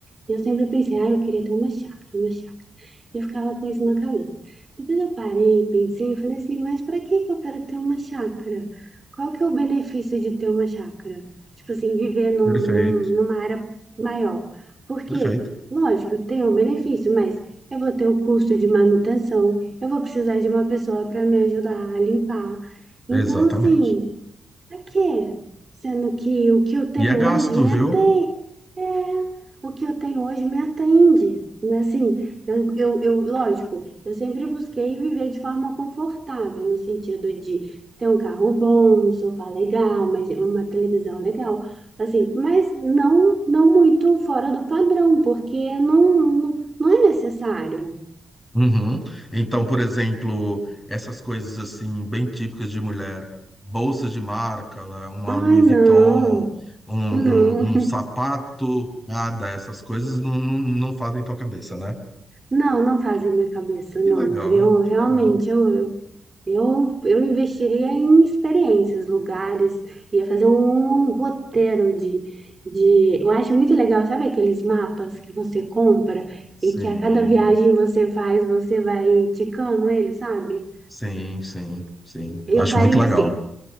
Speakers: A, on the right; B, on the left.
A: E eu sempre pensei, ai, eu queria ter uma chácara, uma chácara. E eu ficava com isso na cabeça. Depois eu parei, pensei, eu falei assim, mas para que que eu quero ter uma chácara? Qual que é o benefício de ter uma chácara? Tipo assim, viver num,
B: perfeito,
A: num- numa área maior. Porque,
B: perfeito,
A: lógico, tem um benefício, mas eu vou ter o custo de manutenção, eu vou precisar de uma pessoa para me ajudar a limpar. Então,
B: exatamente.
A: assim. Pra quê? Sendo que o que eu tenho
B: E é gasto,
A: hoje me
B: viu?
A: atende. É, o que eu tenho hoje me atende. Mas, Assim, eu, eu, eu, lógico, eu sempre busquei viver de forma confortável, no sentido de ter um carro bom, um sofá legal, uma, uma televisão legal, assim, mas não, não muito fora do padrão, porque não, não, não é necessário.
B: Uhum. Então, por exemplo, essas coisas assim bem típicas de mulher, bolsas de marca, lá, uma
A: Ai,
B: Louis
A: não,
B: Vuitton, um, um-
A: não.
B: um sapato, nada, essas coisas não, não, não fazem tua cabeça, né?
A: Não, não fazem minha cabeça,
B: Que
A: não.
B: legal,
A: Eu realmente,
B: que legal.
A: eu, eu, eu, eu investiria em experiências, lugares, ia fazer um, um roteiro de, de... Eu acho muito legal, sabe aqueles mapas que você compra
B: Sim,
A: e que a cada viagem você faz, você vai ticando ele, sabe?
B: sim, sim, sim.
A: Eu
B: Acho
A: faria
B: muito legal.
A: assim.